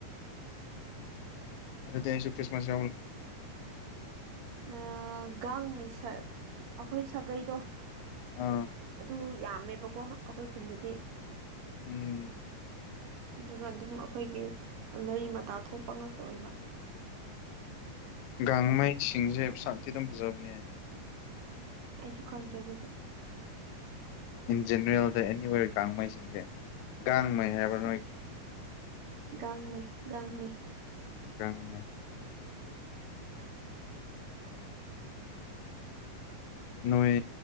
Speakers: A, on the left (about 80°); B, on the right (about 70°).
A: ꯑꯆꯥ ꯑꯁꯨ ꯈ꯭ꯔꯤꯁꯃꯁ ꯌꯥ
B: ꯑ ꯒꯥꯡ ꯃꯤ ꯑꯩꯈꯣꯏ ꯁꯥꯒꯩꯗꯣ
A: ꯑꯥ
B: ꯑꯗ ꯌꯥꯝꯃꯦꯕꯀꯣ ꯑꯩꯈꯣꯏ ꯈꯨꯟꯗꯗꯤ
A: ꯎꯝ
B: ꯑꯗꯨꯒ ꯑꯗꯨꯝ ꯑꯩꯈꯣꯏꯒꯤ ꯃꯔꯤ ꯃꯇꯥ ꯊꯣꯛꯄ ꯉꯛꯇ ꯑꯣꯏꯕ
A: ꯥꯒꯥꯡꯃꯩꯁ ꯆꯤꯡꯁꯦ ꯁꯛ ꯑꯗꯨꯝ ꯐꯖꯕꯅꯦ꯫
B: ꯑꯩꯁꯨ ꯈꯪꯗ꯭ꯔꯦ ꯑꯗꯨꯗꯤ꯫
A: ꯖꯦꯅꯦꯔꯦꯜꯗ ꯑꯦꯅꯤꯋꯦꯔ ꯀꯥꯃꯩꯁꯤꯡꯁꯦ꯫ ꯥꯒꯥꯡꯃꯩ ꯍꯥꯏꯕ
B: ꯁꯦꯁ
A: ꯅꯣꯏ꯫
B: ꯒꯥꯡꯃꯩ ꯒꯥꯡꯃꯩ꯫
A: ꯒꯥꯡꯃꯩ꯫ ꯅꯣꯏ